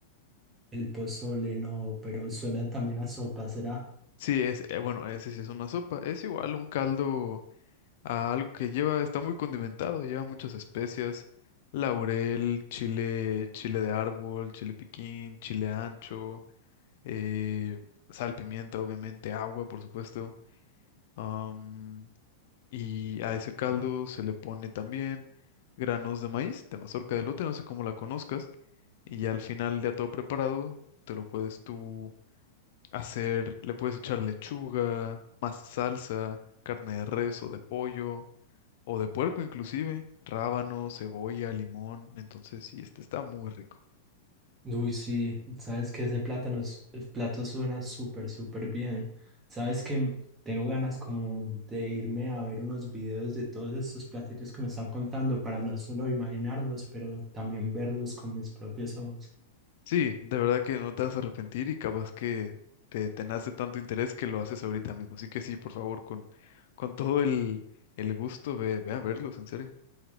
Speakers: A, on the right (about 20°); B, on the left (about 65°).
A: el pozole no, pero suena también a sopa, ¿será?
B: Sí, es, eh, bueno, ese sí es una sopa. Es igual un caldo. a algo que lleva, está muy condimentado, lleva muchas especias, laurel, chile, chile de árbol, chile piquín, chile ancho, eh, sal, pimienta, obviamente, agua, por supuesto. am, y a ese caldo se le pone también granos de maíz, de mazorca de lote, no sé cómo la conozcas, y ya al final ya todo preparado, te lo puedes tú hacer, le puedes echar lechuga, más salsa, carne de res o de pollo o de puerco inclusive, rábano, cebolla, limón. Entonces sí, este está muy rico.
A: Uy, sí, sabes que ese plátano, es- el plato suena súper, súper bien. Sabes que tengo ganas como de irme a ver unos videos de todos estos platillos que me están contando para no solo imaginarlos, pero también verlos con mis propios ojos.
B: Sí, de verdad que no te vas a arrepentir y capaz que te, te nace tanto interés que lo haces ahorita mismo. Así que sí, por favor, con, con todo el, el gusto, ve, ve a verlos, en serio.